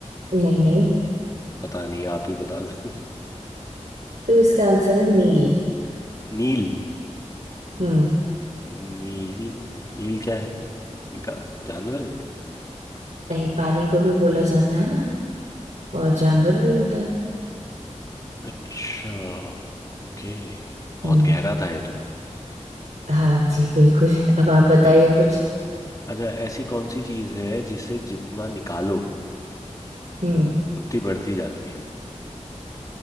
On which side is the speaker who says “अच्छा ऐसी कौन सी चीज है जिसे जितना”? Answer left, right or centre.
Left